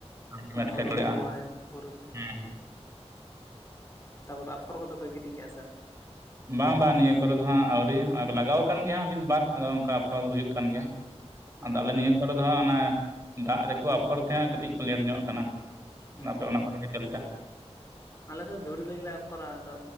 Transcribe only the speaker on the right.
ᱟᱢ ᱜᱮᱢ
ᱮᱴᱠᱮᱴᱚᱬᱮᱜᱼᱟ
ᱦᱩᱸ᱾
ᱵᱟᱝ ᱵᱟᱝ ᱱᱤᱭᱟᱹ ᱠᱚᱨᱮ ᱫᱚ ᱦᱟᱸᱜ ᱟᱹᱣᱨᱤ ᱦᱚᱸᱜ-ᱚᱭ ᱠᱚ ᱞᱟᱜᱟᱣ ᱠᱟᱱ ᱜᱮᱭᱟ ᱦᱟᱸᱜ ᱢᱤᱫ ᱵᱟᱨ ᱟᱫᱚ ᱚᱱᱠᱟ ᱟᱯᱷᱚᱨ ᱫᱚ ᱦᱩᱭᱩᱜ ᱠᱟᱱ ᱜᱮᱭᱟ᱾
ᱟᱫᱚ ᱟᱞᱮ ᱱᱤᱭᱟᱹ ᱠᱚᱨᱮ ᱫᱚ ᱦᱟᱸᱜ ᱚᱱᱮ ᱫᱟᱜ ᱨᱮᱠᱚ ᱟᱯᱷᱚᱨ ᱛᱮᱦᱮᱸᱜ ᱠᱟᱹᱴᱤᱡ ᱠᱚ ᱞᱮᱴ ᱧᱚᱜ ᱟᱠᱟᱱᱟ᱾
ᱟᱯᱮ ᱚᱱᱟ ᱠᱚᱨᱮ ᱜᱮ ᱪᱮᱫ ᱞᱮᱠᱟ?